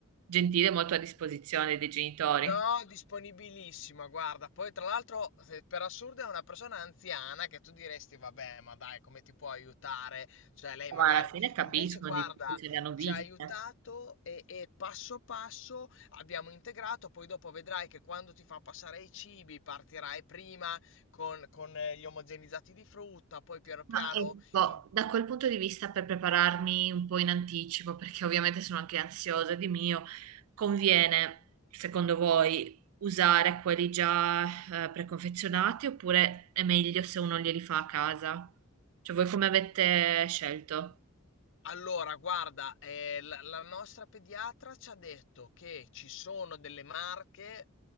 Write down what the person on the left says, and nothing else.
No, disponibilissima, guarda. Poi, tra l'altro, se- per assurdo è una persona anziana che tu diresti, vabbè, ma dai, come ti può aiutare? Cioè, lei magari...
Invece, guarda,
ci ha aiutato e, e passo passo abbiamo integrato. Poi dopo vedrai che quando ti fa passare i cibi partirai prima con, con eh, gli omogenizzati di frutta, poi piano
piano...
in-
Allora, guarda, eh, la, la nostra pediatra ci ha detto che ci sono delle marche